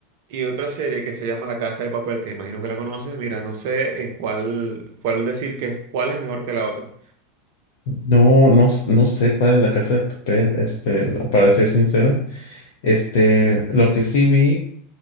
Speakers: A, on the right; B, on the left.
A: y otra serie que se llama La Casa de Papel, que imagino que la conoces, mira, no sé en cuál, cuál decir que es- cuál es mejor que la otra.
B: No, no, s- no sé cuál es la casa de papel, este, la- para ser sincera. Este, lo que sí vi.